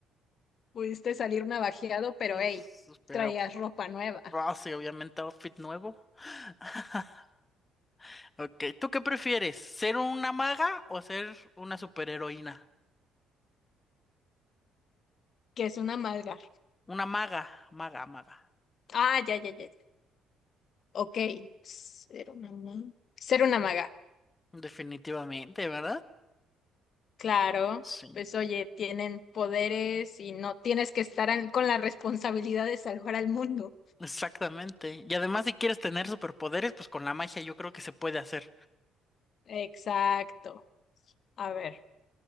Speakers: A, on the left (about 50°); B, on the left (about 25°).
A: Pudiste salir navajeado, pero
B: Uf,
A: hey,
B: pero,
A: traías ropa nueva,
B: ah, sí, obviamente outfit nuevo. <laughs> Ok, ¿tú qué prefieres? ¿Ser una maga o ser una superheroína?
A: que es una maga.
B: Una maga, maga, maga.
A: Ah, ya, ya, ya. ya. Ok, ser una maga. Ser una maga,
B: Definitivamente, ¿verdad?
A: claro.
B: Sí,
A: Pues oye, tienen poderes y no tienes que estar an- con la responsabilidad de salvar al mundo.
B: exactamente. Y además, si quieres tener superpoderes, pues con la magia yo creo que se puede hacer.
A: Exacto. A ver,